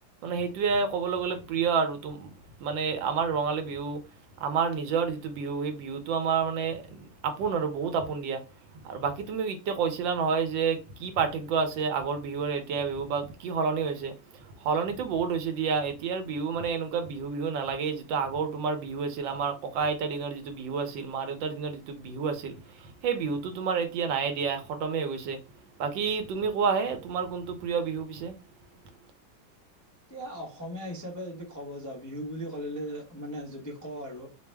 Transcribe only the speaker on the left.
<inaudible> এতিয়া অসমীয়া হিচাপে যদি ক'ব যাওঁ বিহু বুলি ক'লে মানে যদি কওঁ আৰু-